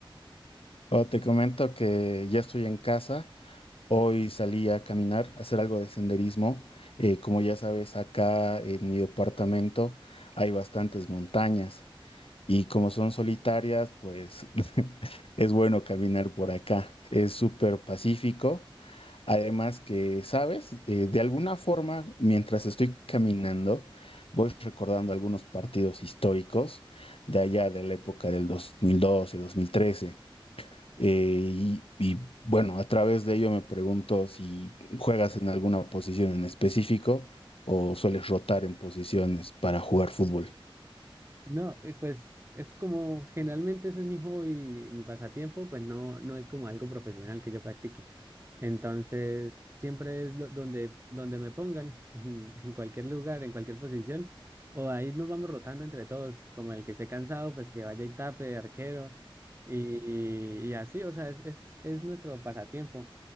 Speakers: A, on the left; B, on the right.
A: Oh, te comento que ya estoy en casa. Hoy salí a caminar, a hacer algo de senderismo. Eh, como ya sabes, acá en mi departamento hay bastantes montañas. Y como son solitarias, pues <laughs> es bueno caminar por acá. Es súper pacífico. Además que, ¿sabes? Eh, de alguna forma, mientras estoy caminando, voy recordando algunos partidos históricos de allá de la época del 2012, 2013. Eh, y, y bueno, a través de ello me pregunto si juegas en alguna posición en específico o sueles rotar en posiciones para jugar fútbol.
B: No, eh, pues es como generalmente ese es mi hobby, mi pasatiempo, pues no, no es como algo profesional que yo practique. Entonces, siempre es lo- donde, donde me pongan, <laughs> en, en cualquier lugar, en cualquier posición, o ahí nos vamos rotando entre todos, como el que esté cansado, pues que vaya y tape de arquero, y, y así, o sea, es, es, es nuestro pasatiempo.